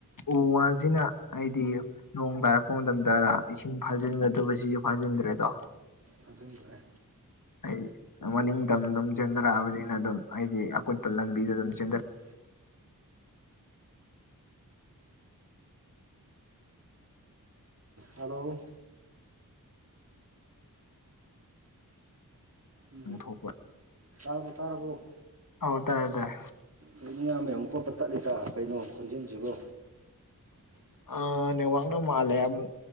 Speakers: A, on the left (about 65°); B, on the right (about 45°).
A: ꯎꯨ ꯋꯥꯁꯤꯅ ꯍꯥꯢꯗꯤ ꯅꯣꯡꯗ ꯄ ꯃꯇꯝꯇ ꯏꯁꯤꯡ ꯐꯥꯖꯤꯟꯒꯗꯕꯁꯤꯁꯨ ꯐꯥꯖꯤꯟꯗ꯭ꯔꯦꯗꯣ
B: ꯍꯥꯞꯖꯤꯟꯈ꯭ꯔꯦ
A: ꯍꯥꯏꯗꯤ ꯃꯅꯤꯡꯇꯝꯅ ꯑꯗꯨꯝ ꯆꯦꯟꯊꯔꯛꯑꯕꯅꯤꯅ ꯑꯗꯨꯝ ꯍꯥꯏꯗꯤ ꯑꯀꯨꯠꯄ ꯂꯝꯕꯤꯗ ꯑꯗꯨꯝ ꯆꯦꯟꯔꯛ
B: ꯎꯝ ꯍꯜꯂꯣ ꯎꯝ
A: ꯊꯣꯛꯄ
B: ꯇꯥꯔꯕꯣ ꯇꯥꯔꯕꯣ
A: ꯑꯧ ꯇꯥꯏ ꯇꯥꯏ
B: ꯑꯩ ꯃꯤꯌꯥꯝ ꯑꯃꯨꯛ ꯄꯕ ꯇꯠꯂꯤꯀ ꯀꯩꯅꯣ ꯈꯣꯟꯖꯟꯁꯤꯕꯣ
A: ꯑ ꯅꯦꯋꯥꯛꯅ ꯃꯥꯜꯂꯦ ꯑꯃꯨꯛ